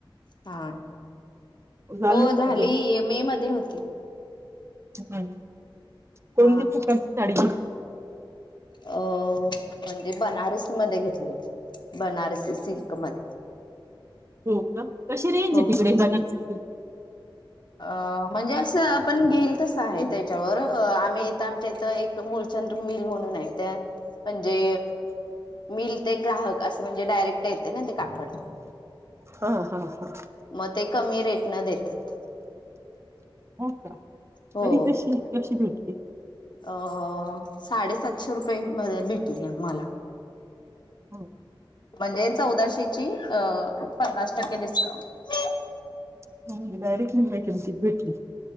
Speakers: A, on the left (about 55°); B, on the right (about 30°).
A: हा
B: झाले
A: हो
B: मग
A: झाली
B: घेऊन
A: मे मध्ये होती.
B: ह कोणत्या
A: हा
B: प्रकारची
A: हा.
B: साडी घेतली.
A: अ म्हणजे बनारस मध्ये घेतले बनारसी सिल्क मध्ये.
B: हो का कशी रेंज
A: हो.
B: तिकडे बनरसी सिल्क.
A: अ म्हणजे असं आपण घेईल तसं आहे ते. च्या वर आम्ही इथ आमच्या इथ एक मुळचंद मिल म्हणून आहे त्यात म्हणजे मील ते ग्राहक अस म्हणजे डायरेक्ट येते न ते. कापड.
B: हा हा हा
A: मग ते कमी रेट. न देेतात.
B: हो का.
A: हो
B: तरी तशी कशी भेटली?
A: अ साडेसातशे रुपये म मध्ये भेटतो की मला.
B: हम्म.
A: म्हणजे चौदाशे. ची पन्नास टक्के डिस्काउंट.
B: <inaudible> डा यरेक्ट निम्म्या किमतीत भेटली.